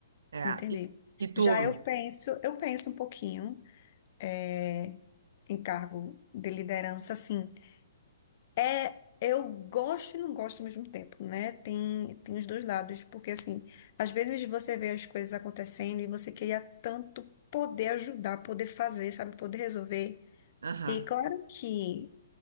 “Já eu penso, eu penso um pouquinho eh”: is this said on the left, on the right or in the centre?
Left